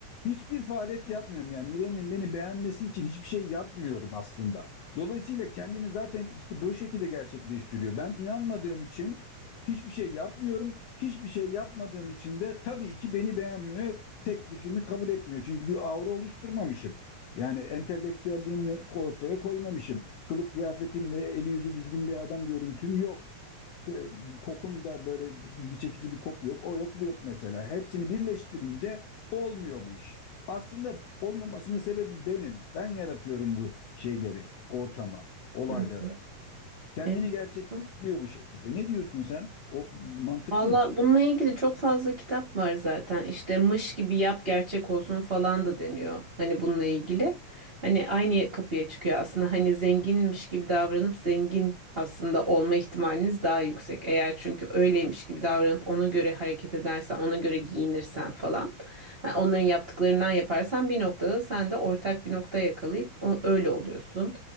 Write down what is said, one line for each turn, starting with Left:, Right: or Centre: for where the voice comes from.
Left: Hiçbir faaliyet yapmıyorum yani İrem'in beni beğenmesi için hiçbir şey yapmıyorum aslında. Dolayısıyla kendini zaten işte böyle şekilde gerçekleştiriyor. Ben inanmadığım için hiçbir şey yapmıyorum. Hiçbir şey yapmadığım için de tabii ki beni beğenmiyor. Teklifimi kabul etmiyor. Çünkü bir aura oluşturmamışım. Yani entelektüelliğimi ortaya koymamışım. Kılık kıyafetimle eli yüzü düzgün bir adam görüntüm yok. K- Kokum da böyle ilgi çekici bir koku yok. O yok bu yok mesela. Hepsini birleştirince Olmuyor bu iş. Aslında olmamasının sebebi benim. Ben yaratıyorum bu şeyleri, ortama, olaylara.
Right: Hı hı.
Left: Kendini
Right: Enteresan.
Left: gerçekleştiriyor bu şekilde. Ne diyorsun sen? O mantıklı
Right: Valla
Left: mı?
Right: bununla ilgili çok fazla kitap var zaten. İşte mış gibi yap gerçek olsun falan da deniyor. Hani bununla ilgili. Hani aynı kapıya çıkıyor aslında. Hani zenginmiş gibi davranıp zengin aslında olma ihtimaliniz daha yüksek. Eğer çünkü öyleymiş gibi davranıp ona göre hareket edersen, ona göre giyinirsen falan. Ha, onların yaptıklarından yaparsan bir noktada sen de ortak bir nokta yakalayıp o- öyle oluyorsun.